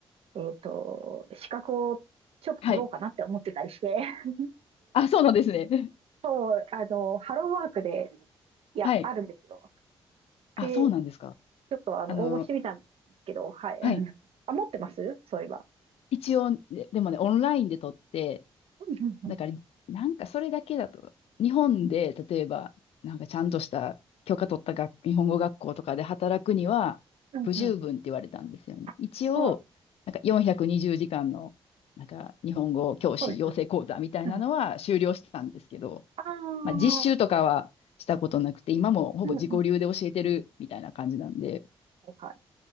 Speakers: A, on the right; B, on the left.
A: えっと、資格をちょっと取ろうかなって思ってたりして、
B: はい。
A: <laughs>
B: あ、そうなんですね。<laughs>
A: そう、あの、ハローワークで、いや、
B: はい。
A: あるんですよ。で、
B: あ、そうなんですか。
A: ちょっと、あの、
B: あの、
A: 応募してみたんですけど、はい。
B: はい。
A: <laughs> うんあ、持ってますそういえば。
B: 一応、
A: う
B: で、でもね、オンラインで撮って、
A: んうんうん。
B: だから、なんかそれだけだと、日本で、例えば、なんかちゃんとした許可取った学日本語学校とかで働くには不十分って言われたんですよね。
A: うんうん。あ、
B: 一応、
A: そう、
B: なんか420時間の、なんか日本語教師養成講座みたいなのは修了したんですけど、
A: そうです。そうですうん。ああ、
B: まあ実習とかはしたことなくて、今もほぼ自己流で教えてるみたいな感じなんで、
A: うんうん。はいはい。